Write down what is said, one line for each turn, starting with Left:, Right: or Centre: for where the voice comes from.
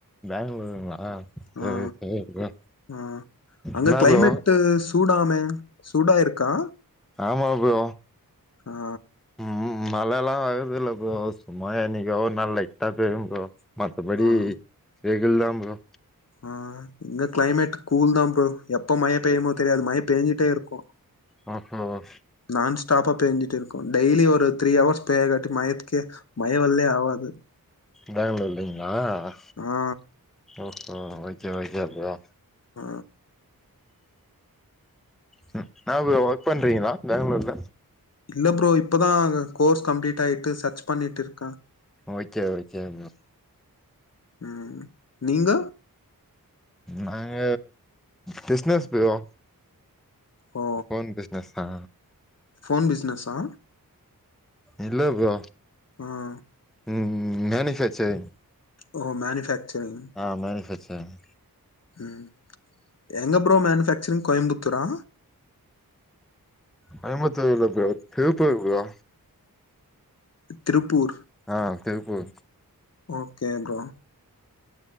Centre: பெங்களூருங்களா செரி
Left: ஆ
Centre: செரி ப்ரோ
Left: ஆ அங்க
Centre: என்ன
Left: கிளைமேட்டு
Centre: ப்ரோ
Left: சூடாமே சூடா இருக்கா
Centre: ஆமா ப்ரோ
Left: ஆ
Centre: உம் மழல்லாம் வருது இல்ல ப்ரோ சும்மா என்னைக்கோ ஒரு நாள் லைட்டா பெயும் ப்ரோ மத்தபடி
Left: ஆ
Centre: வெயில் தா ப்ரோ
Left: ஆ இங்க கிளைமேட் கூல் தா ப்ரோ எப்ப மய பெயுமோ தெரியாது மழ பேஞ்சுட்டே இருக்கும்
Centre: பாக்கணும்
Left: நான் ஸ்டாப்பா பெஞ்சிட்டு இருக்கோ டெய்லி ஒரு த்ரீ ஹவர்ஸ் பெய காட்டி மயத்துக்கே மயவல்லே ஆவாது
Centre: பேங்களூர்லலைங்களா அ
Left: ஆ
Centre: ஓஹோ ஓகே ஓகே ப்ரோ
Left: ஆ
Centre: என்ன ப்ரோ ஒர்க் பண்றீங்ளா பெங்களூர்ல
Left: இல்ல ப்ரோ இப்பதா கோர்ஸ் கம்ப்ளீட் ஆயிட்டு சர்ச் பண்ணிட்டு இருக்க
Centre: ஓகே ஓகே ப்ரோ
Left: ம் நீங்க
Centre: நாங்க பிசினஸ் ப்ரோ
Left: ஓ
Centre: ஓன் பிஸ் ஸ் தா
Left: ஃபோன் பிசினஸா
Centre: இல்ல ப்ரோ
Left: ம்
Centre: ம் மேனுஃபாக்சரிங்
Left: ஓ மேனுஃபேக்சரிங்
Centre: ஆ மேனுஃபாக்சரிங்
Left: ம் எங்க ப்ரோ மேனுஃபேக்சரிங் கோயம்புத்தூரா
Centre: கோயம்புத்தூர் இல்ல ப்ரோ திருப்பூர் ப்ரோ
Left: திருப்பூர்
Centre: ஆ திருப்பூர்
Left: ஓகே ப்ரோ